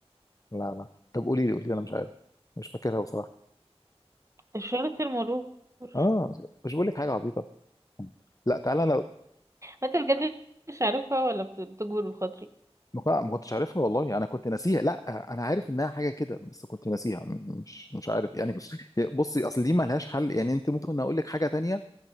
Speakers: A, on the left; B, on the right.
A: لا لا طب قولي لي قولي لي انا مش عارف مش فاكرها بصراحه
B: اشارة المرور <laughs>
A: اه مش بقول لك حاجه عبيطه لا تعالى أنا
B: انت بجد مش عارفها ولا بت- بتجبر بخاطري
A: لا ما كنتش عارفها والله انا كنت ناسيها لا انا عارف انها حاجه كده بس كنت ناسيها م- مش مش عارف يعني بصي اصل دي ما لهاش حل يعني انت ممكن اقول لك حاجه تانية